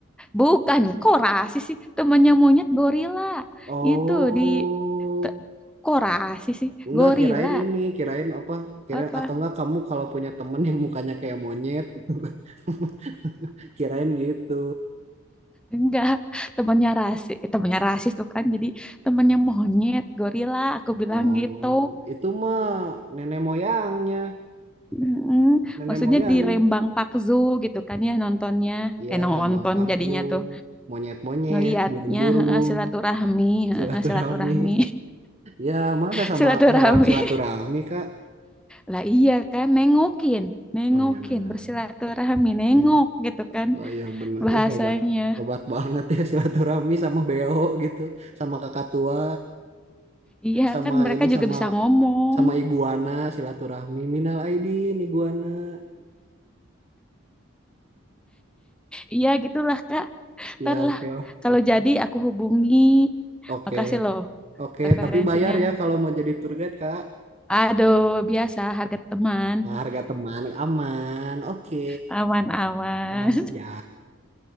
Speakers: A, in the centre; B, on the right (about 30°).
A: Bukan, kok rasis sih temannya monyet gorila.
B: Oh,
A: Itu di te- kok rasis sih
B: enggak
A: gorila
B: kirain ini, kirain apa? Kirain
A: apa?
B: atau enggak kamu kalau punya temen yang mukanya kayak monyet gitu. <laughs> Kirain gitu.
A: Enggak, temannya rasis, eh, temannya rasis tuh kan. Jadi temannya monyet gorila, aku bilang
B: Oh,
A: gitu.
B: itu mah nenek moyangnya,
A: Mm-mm.
B: nenek
A: Maksudnya
B: moyangnya.
A: di Lembang Park Zoo gitu kan ya nontonnya.
B: Iya,
A: Eh nonton
B: Lembang Parjo,
A: jadinya tuh
B: monyet-monyet,
A: ngelihatnya
B: burung-burung,
A: heeh, silaturahmi, heeh,
B: silaturahmi.
A: silaturahmi,
B: Ya, masa sama
A: <laughs> silaturahmi.
B: hewan silaturahmi, Kak?
A: Lah iya kan, nengokin, nengokin,
B: Oh ya benar.
A: bersilaturahmi, nengok
B: Iya.
A: gitu kan
B: Oh iya benar.
A: bahasanya.
B: Ih hebat. Hebat banget ya silaturahmi sama beo gitu, sama kakak tua,
A: Iya
B: sama
A: kan mereka
B: ini
A: juga
B: sama
A: bisa ngomong.
B: sama iguana silaturahmi. Minal Aidin iguana.
A: Iya gitulah Kak. Ntar
B: Ya,
A: lah
B: oke lah.
A: kalau
B: Oke.
A: jadi aku hubungi.
B: Oke.
A: Makasih loh
B: Oke,
A: referensinya.
B: tapi bayar ya kalau mau jadi tour guide, Kak.
A: Aduh, biasa harga teman.
B: Nah, harga teman aman. Oke.
A: Aman-aman.
B: Aman aja.